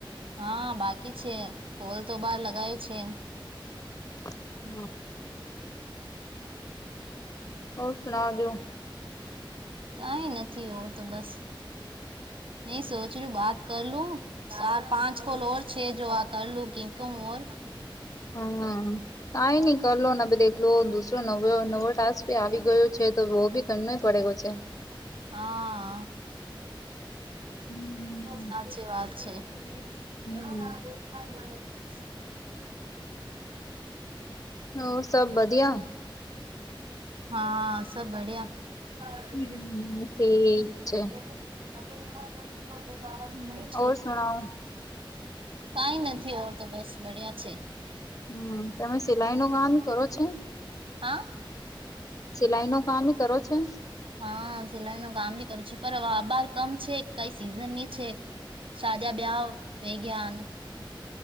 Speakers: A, on the right; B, on the left.
A: હા, બાકી છે કોલ તો બહાર લગાયો છે.
B: હા, હા. ઔર સુણાવ દેઓ.
A: કઈ નથી ઓર તો બસ. મેં સોચ રૂ બાત કરલું ચાર પાંચ કોલ ઓર છે જો આ કરલું કેકું ઓર
B: હમ્મ. કઈ નઈ કરલો ને દેખલો દુસરો નવ નવો ટાસ્ક ભી આવી ગયો છે તો વો બી કરને પડે ગો છે.
A: હા,
B: હમ
A: સાચી વાત છે. <unintelligible>
B: હમ ઔર સબ બદિયા?
A: હા, સબ બડ્યા. હમ્મ.
B: હમ ઠીક
A: હમ્મ ઠીક
B: છે
A: હૈ.
B: ઓર સુણાવ
A: કઈ નથી ઓર તો બસ બળિયા છે.
B: હમ્મ, તમે સિલાઈ નો કામ કરો છે?
A: હા?
B: સિલાઈ નો કામ મી કરો છે?
A: હા સિલાઈ નો કામ બી કરું છું પર આ બાર કમ છે કઈ સિઝન ની છે. સાદિયા બ્યાઓ વૈ ગા અને.